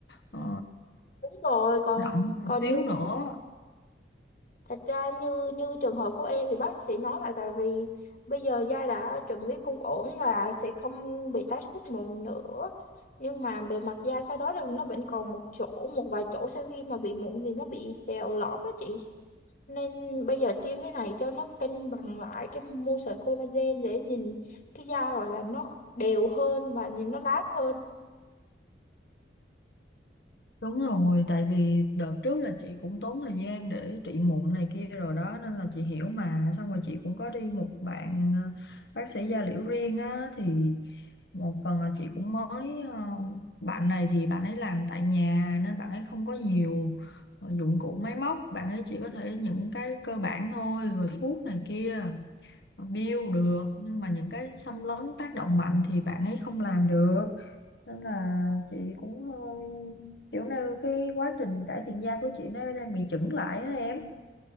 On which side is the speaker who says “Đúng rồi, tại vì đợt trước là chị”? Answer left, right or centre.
Left